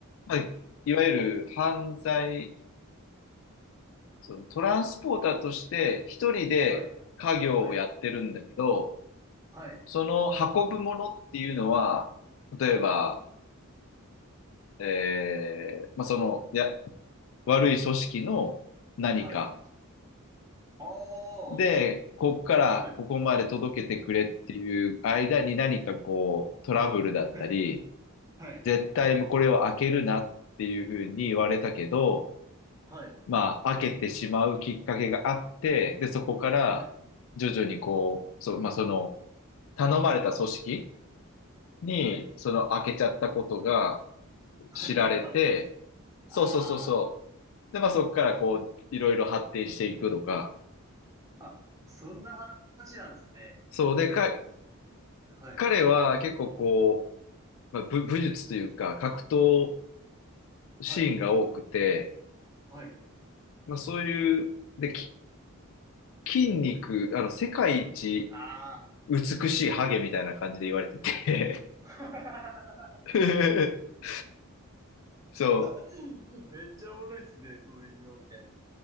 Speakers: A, on the left (about 60°); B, on the right (about 15°).
A: まあ、いわゆる犯罪、そのトランスポーターとして一人で家業をやってるんだけど、
B: はい。はい。はい。
A: その運ぶものっていうのは、例えば、
B: はい。
A: えーまあ、その、いや、悪い組織の何か
B: はい。あー。
A: で、ここからここまで届けてくれっていう間に何かこうトラブルだったり、
B: はい。<laughs> はい。
A: 絶対これを開けるなっていうふうに言われたけど、
B: はい。
A: まあ開けてしまうきっかけがあって、で、そこから徐々にこう、
B: はい。
A: そう、まあその頼まれた組織にその開けちゃったことが、
B: はい。<laughs> はいあ、
A: 知られて、
B: バレちゃうんですか。
A: そうそうそうそ
B: あ
A: う。で、まあそこからこう、いろいろ発展していくとか。
B: ー。あ、そんな話なんですね。
A: そう。で、
B: え、
A: か、
B: はい。
A: 彼は結構こう、まあ、武、武術というか、格闘シーンが多くて、
B: はい。はい。
A: まあそういう、で、き、筋肉、あの、世界一
B: あ
A: 美しいハゲみたいな感じで言われてて
B: ー。
A: <laughs>。そ
B: <laughs> めっちゃおもろいっすね、その異名みたいな。